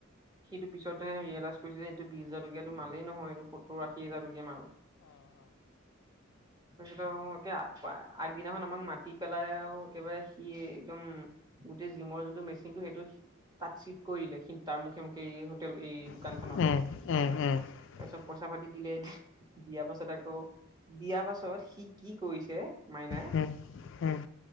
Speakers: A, on the right; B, on the left.
A: সিটো পিছতহে ৰিয়েলাইজ কৰিছে যে এইটো বিশ হাজাৰ টকীয়াতো মালেই নহয় এইটো সত্তৰ আশী হাজাৰ টকীয়া মাল তাৰপিছত আৰু আগদিনাখন আমাক মাতি পেলাই আৰু একেবাৰে সি একদম গোটেই জিমৰ যোনটো মেচিনটো সেইটো তাত চিফ্ট কৰিলে কিন্তু তাৰ মুখে মুখে এই হোটেল এই দোকানখনত
B: উম উম উমউম
A: তাৰপিছত পইচা পাতি দিলে, দিয়া পাছত আকৌ দিয়াৰ পাছত সি কি কৰিছে মাইনাই
B: হম হম